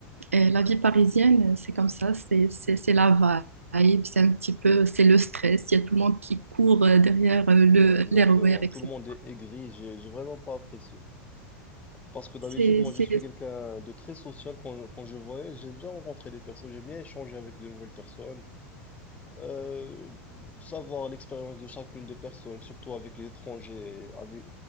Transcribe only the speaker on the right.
euh, la vie parisienne, euh, c'est comme ça, c'est c'est- c'est la vibe, c'est un petit peu, c'est le stress, il y a tout le monde qui court euh, derrière euh,
le
l'RER, etc.
C'est
c'est-